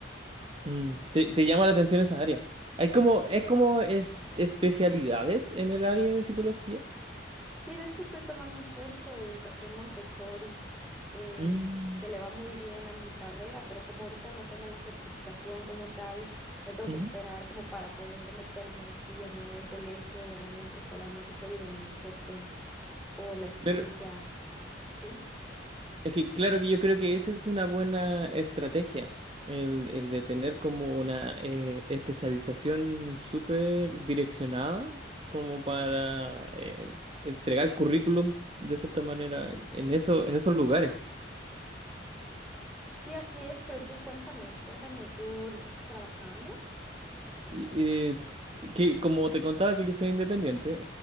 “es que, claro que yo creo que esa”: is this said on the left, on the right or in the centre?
Right